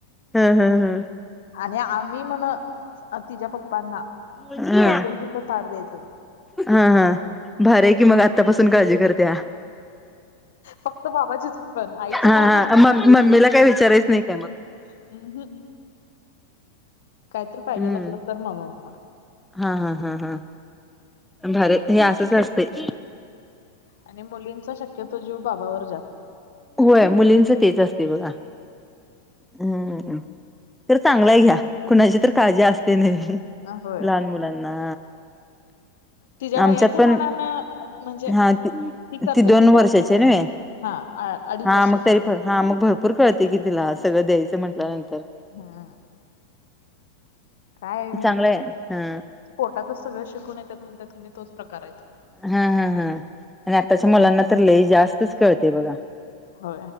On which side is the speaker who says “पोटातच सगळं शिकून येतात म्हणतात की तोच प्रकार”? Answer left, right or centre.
Left